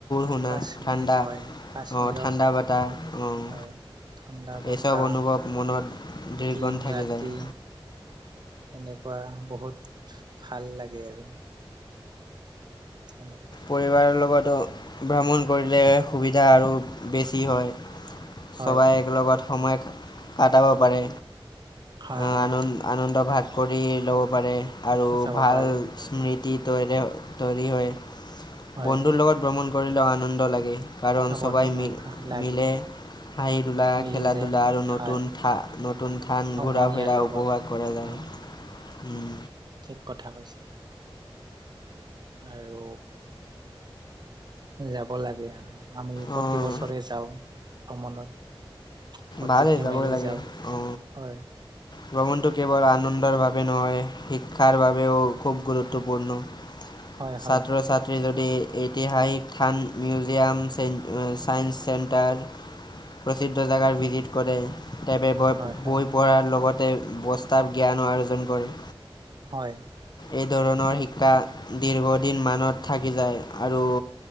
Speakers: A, on the left; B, on the right.
A: শুনা
B: কাশ্মীৰ
A: ঠাণ্ডা
B: হয় কাশ্মীৰত
A: অঁ ঠাণ্ডা বতাহ অঁ।
B: হয় ঠাণ্ডা বতাহ
A: এই চব অনুভৱ মনত দিৰ্গন
B: দিন
A: থাকে
B: ৰাতি
A: যাই।
B: এনেকুৱা বহুত ভাল লাগে আৰু। সেনেকুৱা
A: পৰিবাৰৰ কৰিলে ভ্ৰমণ কৰিলে সুবিধা আৰু বেছি হয়।
B: হয়
A: চবেই একেলগতে সময় কটাব পাৰে।
B: হয়
A: আনন্দ
B: হয়
A: আনন্দ ভাগ কৰি ল'ব পাৰে আৰু
B: যাব
A: ভাল
B: পাৰে
A: স্মৃতি তৰে তৈৰি হয়।
B: হয়
A: বন্ধুৰ লগত ভ্ৰমণ কৰিলেও আনন্দ লাগে কাৰণ সবাই
B: বন্ধু
A: মি
B: লাগে
A: মিলে হাঁহি ধোলা
B: মিলি
A: খেলা
B: যায়
A: ধূলা আৰু নতুন
B: হয়
A: নতুন থান
B: সমনীয়াৰ
A: ঘূৰা ফুৰা
B: লগত
A: উপভাস কৰা যায়
B: উম
A: উম
B: ঠিক কথা কৈছে। আৰু আ যাব লাগে। আমি
A: অঁ
B: প্ৰতি বছৰে যাওঁ ভ্ৰমণত। গোটেই
A: ভালেই
B: ফেমিলি
A: যাবই লাগে
B: যাওঁ
A: অঁ।
B: হয়
A: ভ্ৰমণটো কেৱল আনন্দৰ বাবে নহয় শিক্ষাৰ বাবেও খুব গুৰুত্বপূৰ্ণ।
B: হয়
A: ছাত্ৰ
B: হয়
A: ছাত্ৰী যদি ঐতিহাসিক থান মিউজিয়াম চে চায়েঞ্চ চেণ্টাৰ। প্ৰসিদ্ধ জেগাৰ ভিজিট কৰে। বৈ
B: হয় হয়
A: পঢ়াৰ লগতে বস্তাৱ জ্ঞানো আৰ্জন কৰে।
B: হয়
A: এই ধৰণৰ শিক্ষা দীৰ্ঘদিন মানত থাকি যায় আৰু